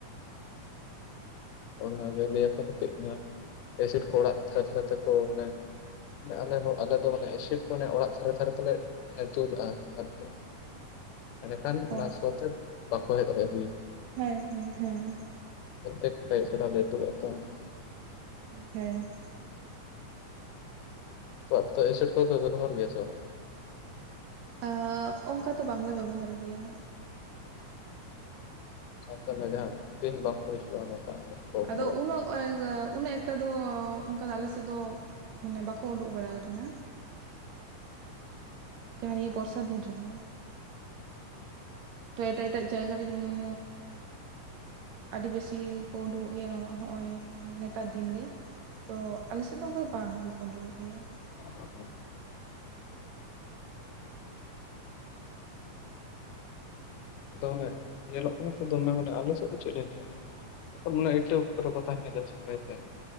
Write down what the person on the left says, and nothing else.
ᱚᱱᱟᱱᱟ ᱜᱮ ᱞᱟᱹᱭᱟᱠᱚ ᱛᱚ ᱠᱟᱹᱡ ᱚᱱᱟ ᱮᱥᱤᱰ ᱠᱚ ᱚᱲᱟᱜ ᱫᱷᱟᱨᱮ ᱫᱷᱟᱨᱮ ᱛᱮᱠᱚ ᱢᱟᱱᱮ ᱟᱞᱮ ᱦᱚᱸ ᱟᱞᱮ ᱫᱚ ᱢᱟᱱᱮ ᱮᱥᱤᱰ ᱠᱚ ᱚᱱᱮ ᱚᱲᱟᱜ ᱫᱷᱟᱨᱮ ᱫᱷᱟᱨᱮ ᱛᱮᱞᱮ ᱫᱩᱞᱟᱜ-ᱟ ᱟᱨᱠᱤ᱾
ᱮᱸᱰᱮᱠᱷᱟᱱ
ᱚᱱᱟ
ᱥᱚ ᱛᱮ ᱵᱟᱠᱚ ᱦᱮᱡ ᱫᱟᱲᱮᱜ-ᱟ ᱵᱤᱧ᱾
ᱯᱚᱛᱮᱠ ᱟᱹᱭᱩᱵ ᱵᱮᱲᱟ ᱨᱮ <unintelligible>
ᱛᱚ ᱟ ᱮᱥᱤᱴ ᱠᱚ ᱫᱚ ᱵᱮᱵᱚᱦᱟᱨ ᱜᱮᱭᱟ ᱥᱮ
ᱥᱟᱶᱛᱮ ᱨᱮᱱᱟᱜ ᱡᱟᱦᱟᱸ ᱫᱤᱱ ᱵᱟᱝᱠᱚ ᱦᱤᱡᱩᱜᱼᱟ᱾ ᱥᱚ
ᱠᱚ
<unintelligible> ᱟᱫᱚ ᱢᱟᱱᱮ ᱧᱮᱞᱚᱜ ᱠᱟᱱᱟ ᱛᱚ ᱫᱚᱢᱮ ᱢᱟᱱᱮ ᱟᱞᱮ ᱥᱮᱫ ᱫᱚ ᱪᱮᱫ ᱞᱤᱧ ᱞᱟᱹᱭ ᱢᱮᱭᱟ᱾ ᱮ ᱤᱴᱟᱹ ᱠᱚᱨᱮ ᱠᱚ ᱛᱟᱦᱮᱱᱟ ᱡᱟᱹᱥᱛᱤ ᱠᱟᱭ ᱛᱮ